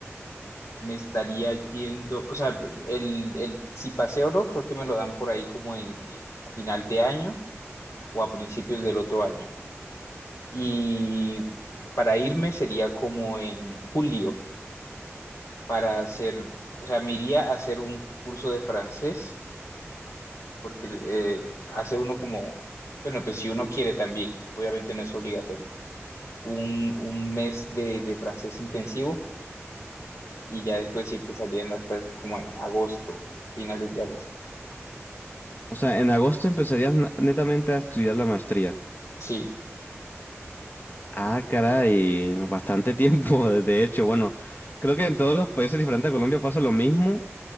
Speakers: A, on the left; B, on the left.
A: me estaría yendo, o sea, el, el si paseo o no, creo que me lo dan por ahí como en eh, a final de año o a principios del otro año. Y para irme sería como en julio para hacer, o sea, me iría a hacer un curso de francés porque eh, hace uno como, bueno, pues si uno quiere también, obviamente no es obligatorio, un, un mes de, de francés intensivo y ya después siempre salían las clases como en agosto, finales de agosto.
B: O sea, en agosto empezarías na- netamente a estudiar la maestría.
A: Sí.
B: Ah, caray, bastante tiempo, <laughs> de hecho. Bueno, creo que en todos los países diferentes a Colombia pasa lo mismo,